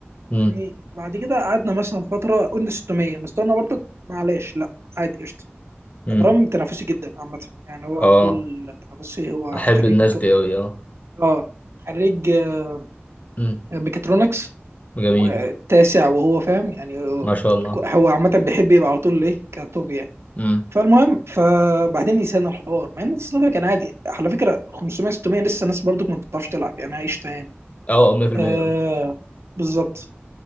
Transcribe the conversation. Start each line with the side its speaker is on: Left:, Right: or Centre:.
Left: امم
Right: يعني بعد كده قعدنا مثلا فترة قلنا 600 مستوانا برضك معلش لا عادي قشطة
Left: امم
Right: ابراهيم تنافسي جدا عامة يعني هو
Left: اه
Right: على طول تنافسي هو
Left: احب
Right: خريج
Left: الناس دي قوي اه
Right: اه خريج آه،
Left: امم
Right: ميكاترونكس
Left: جميل
Right: والتاسع وهو فاهم يعني آه،
Left: ما شاء الله
Right: هو عامة بيحب يبقى على طول ايه كتوب يعني
Left: امم
Right: فالمهم فبعدين نسينا الحوار مع ان الصنف كان عادي على فكرة 500 600 لسه ناس برضك ما بتعرفش تلعب يعني عايش تاني
Left: اه 100%
Right: آه
Left: اه
Right: بالظبط